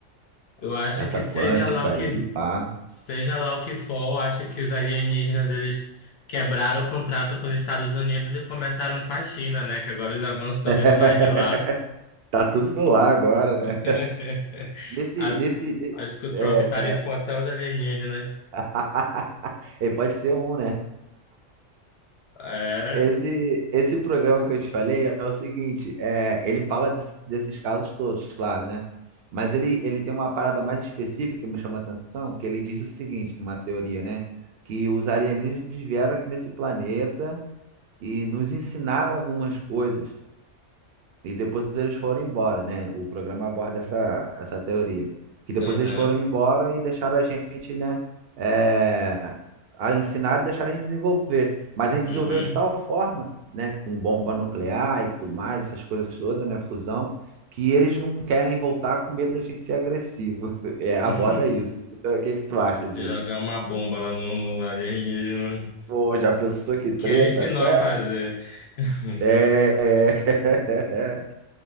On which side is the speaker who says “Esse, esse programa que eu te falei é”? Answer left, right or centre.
Right